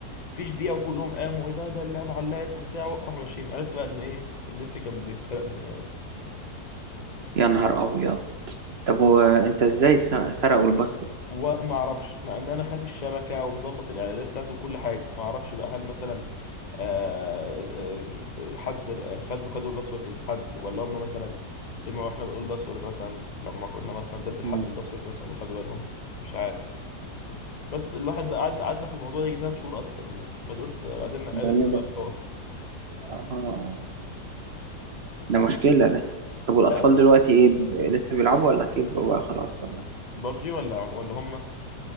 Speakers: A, on the left (about 30°); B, on the right (about 55°).
A: فيش دقيقة وكلهم قاموا إيه ده ده اللعبة علقت وبتاع راحوا ماشيين عرفت بقى إن إيه النت كان بيتسرق من
B: يا نهار ابيض طب وانت ازاي س- سرقوا الباسورد
A: وما اعرفش مع ان انا خافي الشبكه ومظبط الاعدادات بتاعته وكل حاجه ما اعرفش بقى هل مثلا آه، آه، آه، حد خد خدوا الباسورد من حد ولا هم مثلا سمعوا احنا بنقول باسورد مثلا لما كنا مثلا بدل
B: مم.
A: حد الباسورد مثلا وخدوا بالهم مش عارف بس الواحد بقى قعدنا قعدنا في الموضوع ده يجي ثلاث شهور اصلا دي بعد قلت بعدين عرفنا
B: ده اللي
A: بقى
B: ده
A: الحوار
B: آه. ده مشكله ده طب والاطفال
A: لا
B: دلوقتي ايه ب- لسه بيلعبوا ولا كبروا بقى خلاص ولا
A: بابجي ولا ولا هم